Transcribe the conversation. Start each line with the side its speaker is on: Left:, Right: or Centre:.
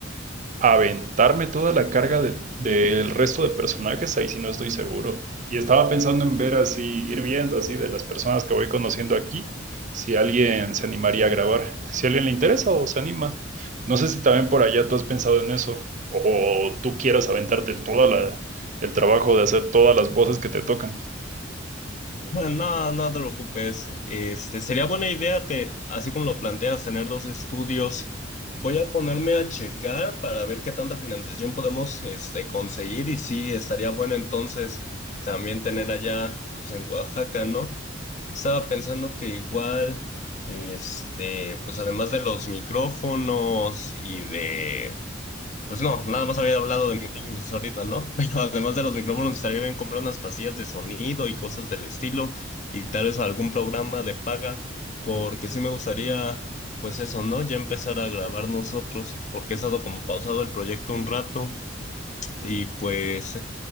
Right: aventarme toda la carga de- del resto de personajes, ahí sí no estoy seguro. Y estaba pensando en ver así, ir viendo así de las personas que voy conociendo aquí, si alguien se animaría a grabar, si a alguien le interesa o se anima. No sé si también por allá tú has pensado en eso, o tú quieras aventarte toda la, el trabajo de hacer todas las voces que te tocan.
Left: No, no te preocupes. Este, sería buena idea, te, así como lo planteas, tener dos estudios. Voy a ponerme a checar para ver qué tanta financiación podemos, este, conseguir y sí, estaría bueno entonces también tener allá, pues en Oaxaca, ¿no? Estaba pensando que igual, este, pues además de los micrófonos y de pues no, nada más había hablado de micrófonos ahorita, ¿no? <laughs> Pero además de los micrófonos, estaría bien comprar unas pastillas de sonido y cosas del estilo, y tal vez algún programa de paga, porque sí me gustaría, pues eso, ¿no? Ya empezar a grabar nosotros, porque he estado como pausado el proyecto un rato, y pues